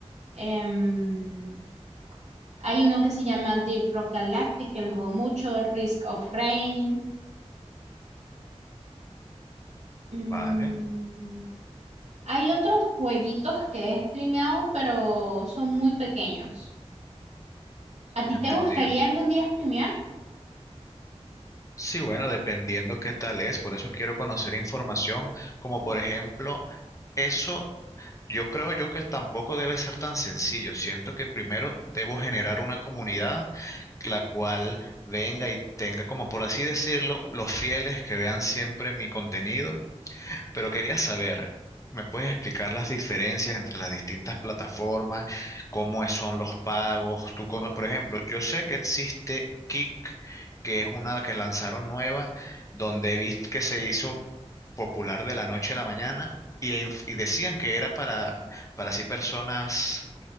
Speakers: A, on the right; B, on the left.
A: em, hay uno que se llama Deep Rock Galactic, que lo juego mucho, Risk of Rain. mm,
B: Vale,
A: hay otros jueguitos que he streameado, pero son muy pequeños. ¿A ti
B: entendido.
A: te gustaría algún día streamear?
B: Sí, bueno, dependiendo qué tal es, por eso quiero conocer información, como por ejemplo, eso Yo creo yo que tampoco debe ser tan sencillo. Siento que primero debo generar una comunidad la cual venga y tenga, como por así decirlo, los fieles que vean siempre mi contenido. Pero quería saber, ¿me puedes explicar las diferencias entre las distintas plataformas? ¿Cómo es- son los pagos? Tú cono- por ejemplo, yo sé que existe Kick, que es una que lanzaron nueva, donde viste que se hizo popular de la noche a la mañana y, en- y decían que era para, para así personas